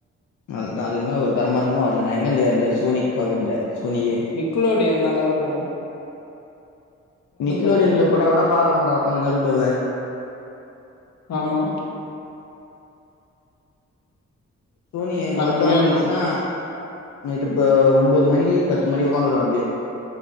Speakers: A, on the left; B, on the left.
A: அதுதா அதுக்கு மேல ஒரு கருமாந்திரமு வரல நா எங்கேந்து அந்த சோனிக் பாக்குற்து சோனியே
B: நிக்லோடியன் நல்லா இருக்கும்
A: நிக்லோடியன்ல
B: பட்லு
A: போட்டா கூட பாக்கலாம்டா ஒக்காந்து நெருட்டோவ
B: ஆமா
A: சோனி ஐ மட்டோ
B: அருமையா
A: வந்துச்சுன்னா
B: இருக்கு
A: நைட்டு இப்ப ஒம்பது மணிக்கு பத்து மணிக்கு ஒக்காந்துருவே அப்டியே